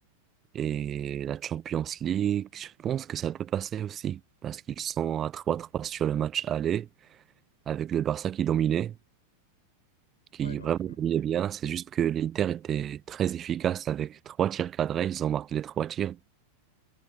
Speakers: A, on the right; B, on the left.
A: Et la Champions League, je pense que ça peut passer aussi. Parce qu'ils sont à trois trois sur le match aller, avec le Barça qui dominait, qui
B: Ouais donc
A: vraiment
B: euh,
A: dominait bien. C'est juste que l'Inter était très efficace avec trois tirs cadrés. Ils ont marqué les trois tirs.